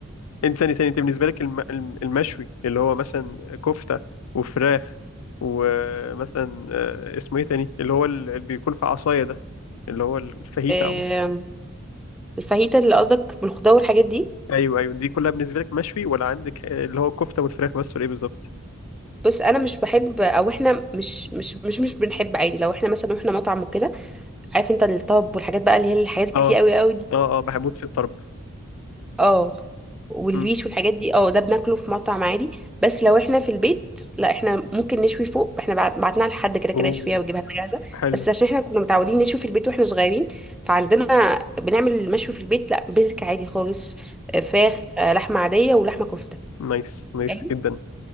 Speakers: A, on the left (about 85°); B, in the centre.
A: أنت ثاني ثاني أنت بالنسبة لك الم... الم- المشوي اللي هو مثلا كفتة وفراخ ومثلا آه، اسمه إيه تاني؟ اللي هو ال- اللي بيكون في عصاية ده اللي هو الفاهيتا
B: آم،
A: أو مش
B: الفاهيتا اللي قصدك بالخضار والحاجات دي
A: أيوه أيوه دي كلها بالنسبة لك مشوي ولا عندك آه، اللي هو الكفتة والفراخ بس ولا إيه بالظبط؟
B: بص انا مش بحب او احنا مش مش مش مش بنحب عادي لو احنا مثلا احنا مطعم وكده عارف انت الطب والحاجات بقى اللي هي الحاجات كتير
A: آه
B: قوي قوي دي
A: آه آه بحبوت في الطرب
B: اه والويش
A: مم.
B: والحاجات دي اه ده بناكله في مطعم عادي بس لو احنا في البيت لا احنا ممكن نشوي فوق احنا بعت- بعتناها لحد كده كده
A: أوه
B: يشويها ويجيبها لنا جاهزه
A: حلو
B: بس عشان احنا كنا متعودين نشوي في البيت واحنا صغيرين فعندنا بنعمل المشوي في البيت لا بيزك عادي خالص آه، فراخ آه، لحمه عاديه ولحمه كفته
A: نايس نايس
B: فاهم
A: جدا